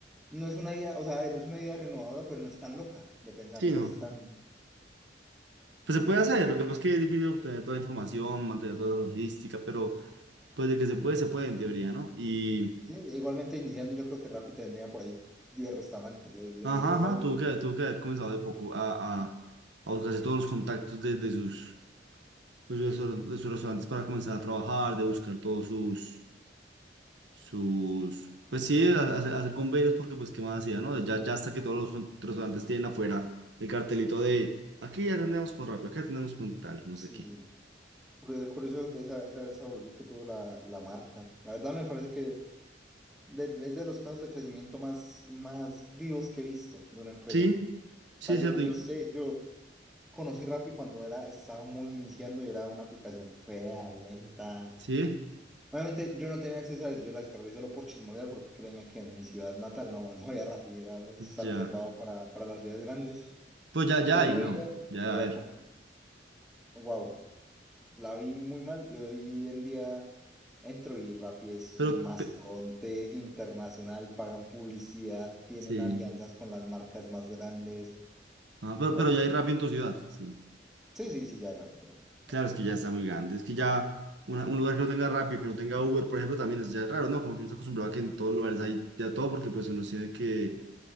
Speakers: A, in the centre; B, on the right.
A: No es una idea, o sea, a ver, es una idea renovadora, pero no es tan loca de pensar,
B: Sí,
A: no
B: no,
A: es tan...
B: pues se puede hacer, lo que pasa es que es difícil obtener toda la información, mantener toda la logística, pero pues de que se puede, se puede en teoría, ¿no? Y...
A: Sí, igualmente iniciando yo creo que Rappi tendría por ahí 10 restaurantes, le, le
B: Ajá,
A: dio
B: ajá,
A: la...
B: tuvo que, haber- tuvo que haber comenzado de poco a, a, a buscarse todos los contactos de, de sus, pues, de sus restauran- de sus restaurantes para comenzar a trabajar, de buscar todos sus, sus, pues sí, a- a- hacer, hacer convenios porque pues qué más hacía, ¿no? Ya, ya hasta que todos los con- restaurantes tienen afuera el cartelito de aquí ya atendemos con rápido, aquí atendemos con tal, no
A: Sí,
B: sé qué.
A: sí. Curioso, curioso esa, esa, esa evolución que tuvo la, la marca. La verdad me parece que del- es de los casos de crecimiento más, más vivos que he visto de una empresa.
B: Sí, sí,
A: O sea,
B: es
A: yo,
B: cierto,
A: yo
B: y-
A: sé, yo conocí Rappi cuando era, estaba muy iniciando y era una aplicación fea, lenta.
B: sí,
A: Obviamente yo no tenía acceso a eso, yo la descargué solo por chismosear, porque créeme que en mi ciudad natal no, <laughs> no había Rappi, era, está
B: ya.
A: reservado para, para las ciudades grandes.
B: Pues ya, ya
A: Pero
B: hay,
A: yo
B: ¿no?
A: veía
B: Ya,
A: y era
B: a ver,
A: como, wow. la vi muy mal y hoy en día entro y Rappi es
B: pero,
A: un mastodonte
B: pe-
A: internacional, pagan publicidad, tienen
B: sí,
A: alianzas con las marcas más grandes.
B: ajá, pero,
A: O
B: pero
A: sea,
B: ya hay rápido en tu ciudad, sí.
A: sí, sí, sí, ya Rappi, ya Rappi, claro.
B: Claro, es que ya está muy grande. Es que ya una- un lugar que no tenga Rappi, que no tenga Uber, por ejemplo, también es ya raro, ¿no? Como que uno está acostumbrado a que en todos lugares hay ya todo, porque pues uno tiene que,